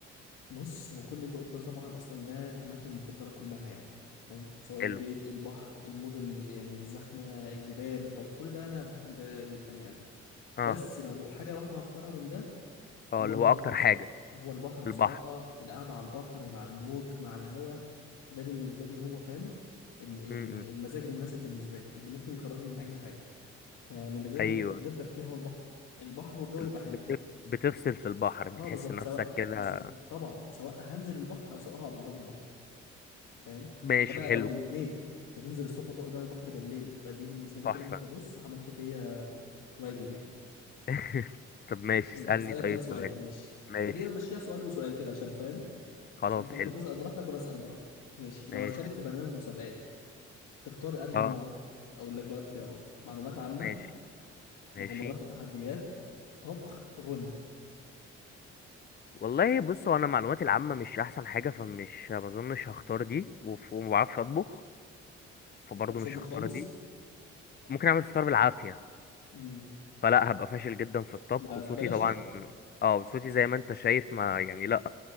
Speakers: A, on the left; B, on the left.
A: بص هو كل اللي انت قلته ده طبعا اصلا ده اماكني المفضله كلها يعني انت فاهم سواء
B: حلو
A: البيت البحر المدن الم- يعني الزحمه الجبال الطبيعي كل ده انا بحب ده جدا يعني
B: اه
A: بس لو حاجه واحده هختارها من ده
B: اه
A: هو
B: اللي
A: البحر
B: هو اكتر
A: بصراحه
B: حاجة
A: هو البحر بصراحه
B: البحر
A: القعده على البحر مع الموج مع الهواء ده بالنسبه لي هو فاهم الم- ال-
B: امم
A: المزاج المناسب بالنسبه لي اللي ممكن يخرجني من اي حاجه فمن غير
B: ايوه
A: من غير تفكير هو البحر البحر والجو
B: ال-
A: يبقى حلو
B: بتف... بتفصل في البحر بتحس
A: اه بالظبط
B: نفسك
A: سواء
B: كده
A: بالظبط طبعا سواء هنزل البحر او سواء هقعد قدام البحر فاهم
B: ماشي
A: يا بقى
B: حلو
A: لو الاتنين هتنزل الصبح وتقعد على البحر بالليل فدي بالنسبة لي
B: تحفة
A: كده انت بص عملت فيا واجب يعني
B: <laughs> طب ماشي
A: ماشي
B: اسألني
A: هسألك
B: طيب
A: انا سؤال
B: سؤال
A: ماشي
B: ماشي
A: خلينا نمشيها سؤال وسؤال كده عشان فاهم
B: خلاص
A: عشان انت
B: حلو
A: برضه تسأل براحتك وانا اسأل براحتي ماشي لو
B: ماشي
A: هتشارك في برنامج مسابقات تختار انهي
B: اه
A: نوع اقول لك بقى اختيارات معلومات عامة
B: ماشي ماشي
A: مغامرات وتحديات طبخ غنى ما
B: والله بصوا انا معلوماتي العامة مش احسن حاجة فمش ما اظنش هختار دي وف- وما بعرفش اطبخ فبرضه
A: تعرفش
B: مش
A: تطبخ
B: هختار
A: خالص
B: دي ممكن اعمل فطار بالعافيه
A: امم
B: فلا هبقى فاشل جدا في الطبخ
A: لا
B: وصوتي
A: لا، بلاش
B: طبعا
A: طبخ
B: اه صوتي زي ما انت شايف ما يعني لا